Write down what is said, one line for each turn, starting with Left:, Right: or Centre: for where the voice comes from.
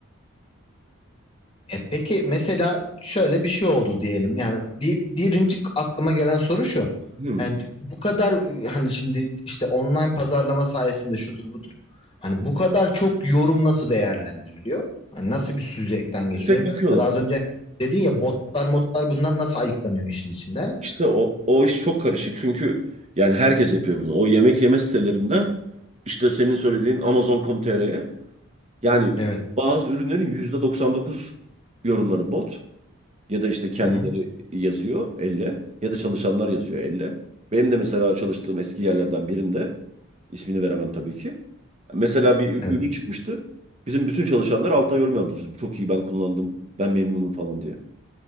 Left: E peki mesela şöyle bir şey oldu diyelim. Yani bir birinci aklıma gelen soru şu.
Right: Hmm.
Left: Yani bu kadar e, hani şimdi işte online pazarlama sayesinde şudur budur. Hani bu kadar çok yorum nasıl değerlendiriliyor? Hani nasıl bir süzgeçten geçiyor?
Right: Tek tek bakıyorlar.
Left: Ya da az önce dedin ya botlar modlar bunlar nasıl ayıklanıyor işin içinden?
Right: İşte o, o iş çok karışık çünkü yani herkes yapıyor bunu. O yemek yeme sitelerinden işte senin söylediğin Amazon.com.tr'ye Yani
Left: Evet.
Right: bazı ürünlerin %99 yorumları bot ya da işte kendileri
Left: Hı hı.
Right: yazıyor elle ya da çalışanlar yazıyor elle. Benim de mesela çalıştığım eski yerlerden birinde ismini veremem tabii ki. Mesela bir ü-
Left: Evet.
Right: ürün çıkmıştı. Bizim bütün çalışanlar altına yorum yazmıştı. Çok iyi ben kullandım. Ben memnunum falan diye.